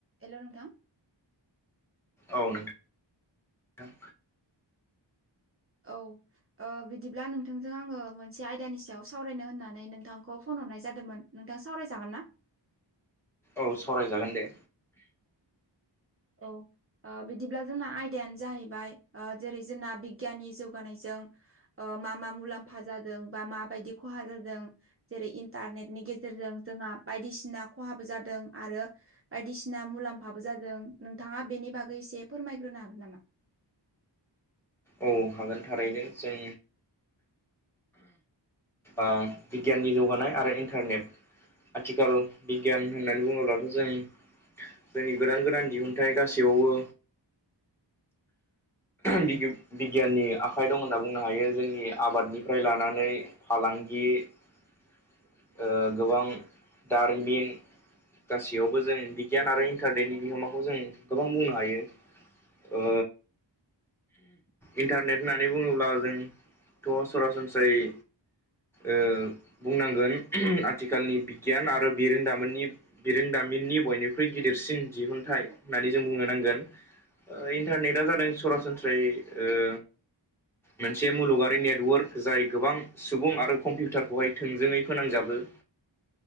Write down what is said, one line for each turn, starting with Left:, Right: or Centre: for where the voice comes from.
Right: हेल' नोंथां।
Centre: औ नोंथां।
Right: औ। ओ बिदिब्ला नोंथांजों आङो मोनसे आयदानि सायाव सावरायनो होननानै नोंथांखौ फन हरनाय जादोमोन। नोंथां सावरायजागोन ना?
Centre: औ सावरायजागोन दे।
Right: औ। ओ बिदिब्ला जोंना आयदायानो जाहैबाय ओ जेरै जोंना बिगियाननि जौगानायजों ओ मा मा मुलाम्फा जादों बा माबायदि खहा जादों जेरै इन्टारनेटनि गेजेरजों जोंहा बायदिसिना खहाबो जादों आरो बायदिसिना मुलाम्फाबो जादों नोंथाङा बेनि बागै एसे फोरमायग्रोनो हागोन नामा?
Centre: औ हागोन थारैनो जों आ बिगियाननि जौगानाय आरो इन्टारनेट आथिखाल बिगियान होननानै बुङोब्लाथ' जों जोंनि गोदान गोदान दिहुनथायाइ गासौआवबो
Right: <inaudible>
Centre: बिगिउ बिगियाननि आखाइ दं होनना बुंनो हायो जोंनि आबादनिफ्राय लानानै फालांगि ओ गोबां दारिमिन गासैयावबो जों बिगियान आरो इन्टारनेटनि बिहोमाखौ जों गोबां बुंनो हायो‌ ओ इन्टारनेट होननानै बुङोब्ला जोंथ' सरासनस्रायै ओ बुंनांगोन आथिखालनि बिगियान आरो बिरोंदामोननि बिरोंदामिननि बयनिख्रुइ गिदिरसिन दिहुुनथाइ होननानै जों बुंनो नांगोन। ओ इन्टारनेटा जादों सरासनस्रायै ओ
Right: <inaudible>
Centre: मोनसे मुलुगरारि नेटवर्क जाय गोबां सुबुं आरो कम्पिउटारखौहाय थोंजोङै फोनांजाबो‌
Right: <inaudible>